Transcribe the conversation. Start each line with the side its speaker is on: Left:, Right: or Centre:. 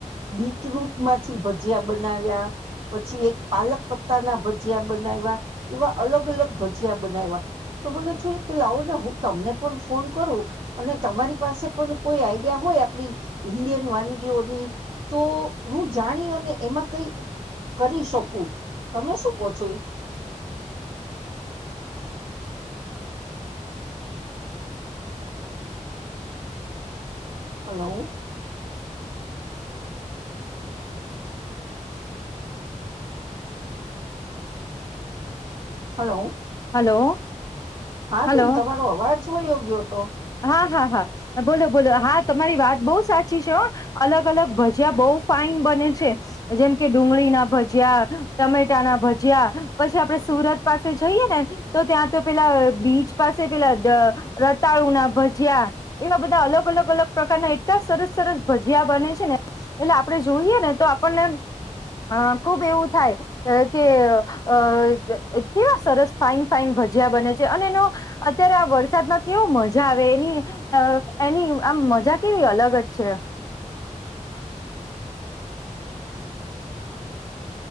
Right: બીટરૂટ મા થી ભજીયા બનાવ્યા, પછી એક પાલક પત્તા ના ભજીયા બનાયવા એવા અલગ-અલગ ભજીયા બનાયવા તો મને થયું કે લાવો ને હું તમને પન ફોન કરું અને તમારી પાસે પણ કોઈ આઈડિયા હોય આપણી ઈન્ડિયન વાનગીઓની તો હું જાણી અને એમાં કઈ કરી શકું તમે શું કહો છો એ? હલો હલો
Left: હલો
Right: હા બેન
Left: હલો
Right: તમારો અવાજ વયો ગ્યતો.
Left: હા હા હા બોલો બોલો હા તમારી વાત બઉ સાચી છે હ અલગ-અલગ ભજીયા બઉ ફાઈન બને છે જેમ કે, ડુંગળીના ભજીયા, ટમેટા ના ભજીયા, પછી આપડે સુરત પાસે જઈએ ને તો ત્યાં તો પેલા બીચ પાસે પેલા ધ રતાળુ ના ભજીયા એવા બધા અલગ-અલગ, અલગ પ્રકારના એટલા સરસ-સરસ ભજીયા બને છે ને એટલે આપડે જોઈએ ને તો આપણને અ ખુબ એવું થાય કે, અ કેવા સરસ ફાઈન ફાઈન ભજીયા બને છે અને એનો અત્યારે આ વરસાદમાં કેવો મજા મજા આવે એની એની આમ મજા કેવી અલગ જ છે.